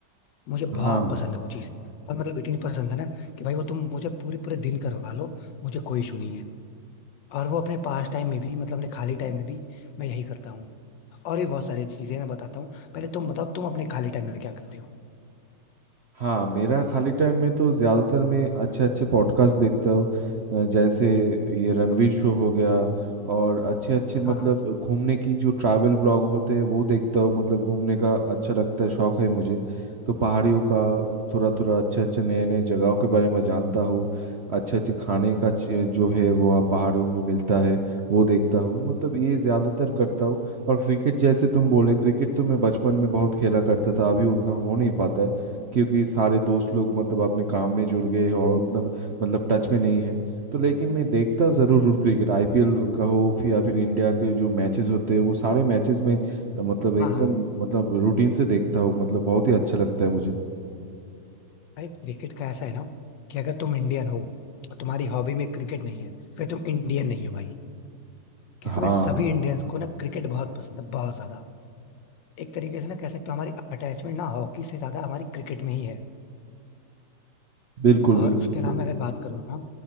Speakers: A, on the left; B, on the right.
A: मुझे बहुत
B: हाँ
A: पसंद है वो चीज और मतलब इतनी पसंद है ना कि भाई वो तुम मुझे पूरे पूरे दिन करवा लो मुझे कोई इशू नहीं है और वो अपने पास टाइम में भी मतलब अपने खाली टाइम में भी मैं यही करता हूँ और भी बहुत सारी चीजें मैं बताता हूँ पहले तुम बताओ तुम अपने खाली टाइम में क्या करते हो
B: हाँ मेरा खाली टाइम में तो ज़्यादातर मैं अच्छे अच्छे पॉडकास्ट देखता हूँ अ, जैसे ये रणवीर शो हो गया और अच्छे अच्छे मतलब
A: हाँ हाँ
B: घूमने की जो ट्रैवल ब्लॉग होते हैं वो देखता हूँ मतलब घूमने का अच्छा लगता है शौक है मुझे तो पहाड़ियों का थोड़ा थोड़ा अच्छे अच्छे नए नए जगहों के बारे में जानता हूँ अच्छे अच्छे खाने का ची- जो है वो वहाँ पहाड़ियों में मिलता है वो देखता हूँ मतलब ये ज़्यादातर करता हूँ और क्रिकेट जैसे तुम बोले क्रिकेट तो मैं बचपन में बहुत खेला करता था अभी उतना हो नहीं पाता है क्योंकि सारे दोस्त लोग मतलब अपने काम में जुड़ गए हैं और उतना मतलब टच में नहीं है तो लेकिन मैं देखता ज़रूर हूँ क्रिकेट आईपीएल का हो फिर- या फिर इंडिया के जो मैचेस होते हैं वो सारे मैचेस में अ, मतलब एकदम
A: हाँ हाँ
B: मतलब रूटीन से देखता हूँ मतलब बहुत ही अच्छा लगता है मुझे
A: भाई क्रिकेट का ऐसा है ना कि अगर तुम इंडियन हो और तुम्हारी हॉबी में क्रिकेट नहीं है फिर तुम इंडियन नहीं हो भाई क्योंकि
B: हाँ
A: मैं सभी
B: हाँ
A: इंडियंस को ना क्रिकेट बहुत पसंद है बहुत ज्यादा एक तरीके से ना कह सकते हो हमारी अटैचमेंट ना हॉकी से ज्यादा हमारी क्रिकेट में ही है
B: बिल्कुल बिल्कुल
A: और उसके
B: सही
A: अलावा मैं अगर बात करूँ ना